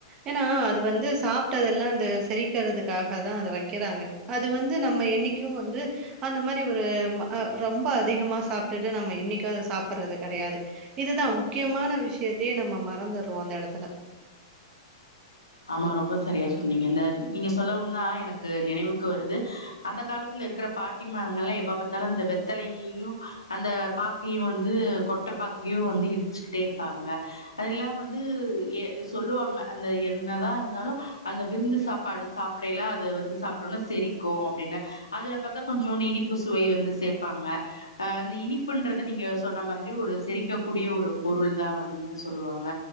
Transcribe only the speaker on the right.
ஏன்னா அது வந்து சாப்ட்டதெல்லா இந்த செரிக்கறதுக்காக தா அதை வைக்கிறாங்க அது வந்து நம்ம என்னைக்கு வந்து அந்த மாரி ஒரு அ ரொம்ப அதிகமா சாப்ட்டுட்டு நம்ம இன்னைக்கு அத சாப்பிட்றது கெடையாது இதுதா முக்கியமான விஷயத்தையே நம்ம மறந்துறோ அந்த எடத்துல